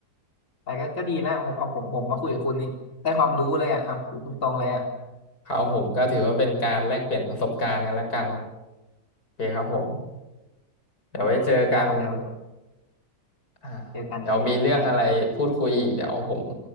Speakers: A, on the left; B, on the left.
A: แต่ก็ก็ดีนะโอ้โหเอาผมผมมาคุยกับคุณนี่ได้ความรู้เลยอ่ะอ่ะพูดตรงๆเลยอ่ะ
B: ครับผมก็ถือว่าเป็นการแลกเปลี่ยนประสบการณ์กันแล้วกันโอเคครับผมเดี๋ยวไว้เจอกัน
A: ได้ครับเดี๋ยวเ
B: อ่า
A: จอกันเจอกันได้เดี๋ยวเดี๋ยว
B: เดี๋ยวมีเรื่องอะไรพูดคุยอีกเดี๋ยวผม